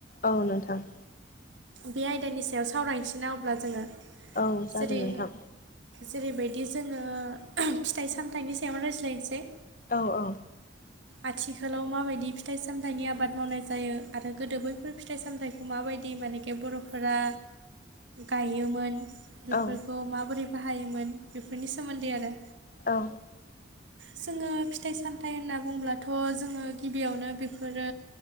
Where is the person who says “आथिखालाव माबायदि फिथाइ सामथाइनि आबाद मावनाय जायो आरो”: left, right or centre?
Right